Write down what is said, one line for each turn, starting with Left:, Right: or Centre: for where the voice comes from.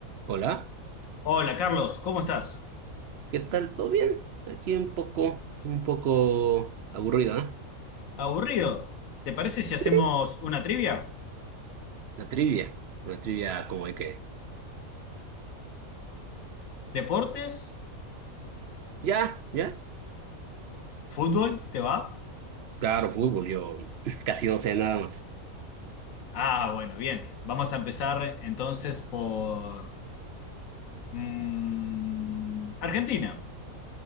Right: Hola,
Left: Hola Carlos, ¿cómo estás?
Right: ¿qué tal? ¿Todo bien? Aquí un poco, un poco aburrida, ¿eh?
Left: ¿Aburrido? ¿Te parece si
Right: Sí,
Left: hacemos una trivia?
Right: una trivia, una trivia como de que,
Left: ¿Deportes?
Right: ya, ya,
Left: ¿Fútbol? ¿Te va?
Right: claro, fútbol, yo <laughs> casi no sé nada más.
Left: Ah, bueno, bien. Vamos a empezar entonces por mm, Argentina.